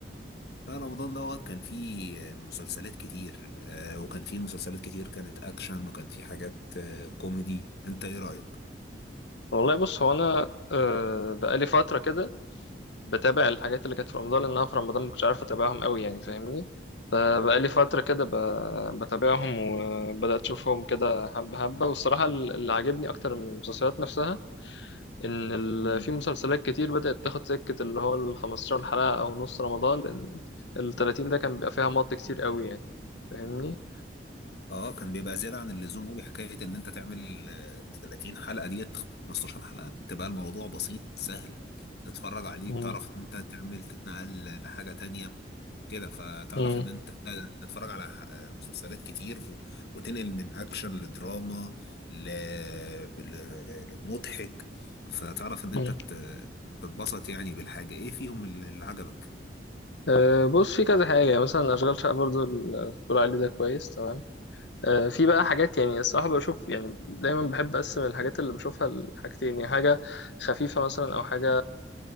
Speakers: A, on the left; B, on the left.
A: لا رمضان دوت كان فيه مسلسلات كتير آه، وكان فيه مسلسلات كتير كانت اكشن وكان فيه حاجات آه، كوميدي انت ايه رايك؟
B: والله بص هو انا آه، بقالي فترة كده بتابع الحاجات اللي كانت في رمضان لان انا في رمضان ما كنتش عارف اتابعهم قوي يعني فاهمني فبقالي فترة كده ب- بتابعهم وبدأت اشوفهم كده حبة حبة والصراحة اللي عاجبني اكتر من المسلسلات نفسها ان ال...
A: مم.
B: في مسلسلات كتير بدأت تاخد سكة اللي هو ال 15 حلقة او نص رمضان لان ال 30 ده كان بيبقى فيها مط كتير قوي يعني فاهمني
A: اه كان بيبقى زيادة عن اللزوم قوي حكاية ان انت تعمل آه، 30 حلقة ديت 15 حلقة بتبقى الموضوع بسيط سهل بتتفرج عليه
B: مم.
A: بتعرف ان انت تعمل تتنقل لحاجة تانية كده فتعرف
B: مم.
A: ان انت تتفرج على آه، مسلسلات كتير و- وتنقل من اكشن لدراما ل... ل... لمضحك فتعرف ان
B: مم.
A: انت ت- تتبسط يعني بالحاجة ايه فيهم اللي اللي عجبك
B: أه بص في كذا حاجة يعني، مثلا أشغال شقة برضو ال- بتقول عليه ده كويس تمام آه، في بقى حاجات يعني الصراحة بشوف يعني دايما بحب أقسم الحاجات اللي بشوفها لحاجتين يعني حاجة خفيفة مثلا أو حاجة